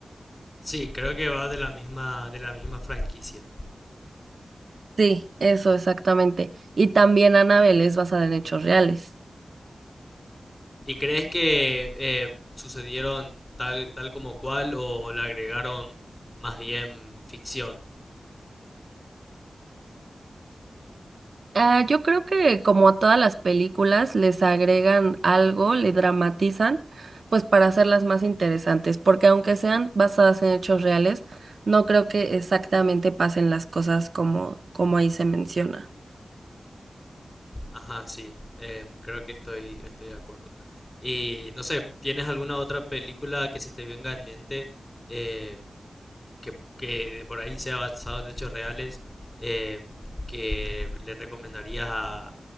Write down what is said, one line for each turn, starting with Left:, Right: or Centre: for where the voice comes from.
Left: Sí, creo que va de la misma, de la misma franquicia.
Right: Sí, eso exactamente. Y también Annabelle es basada en hechos reales.
Left: ¿Y crees que eh, sucedieron tal, tal como cual o le agregaron más bien ficción?
Right: Ah, yo creo que como a todas las películas les agregan algo, le dramatizan, pues para hacerlas más interesantes, porque aunque sean basadas en hechos reales, no creo que exactamente pasen las cosas como, como ahí se menciona.
Left: Ajá, sí, em, creo que estoy, estoy de acuerdo. Y no sé, ¿tienes alguna otra película que se te venga en mente em, que, que de por ahí sea basado en hechos reales em, que le recomendarías a,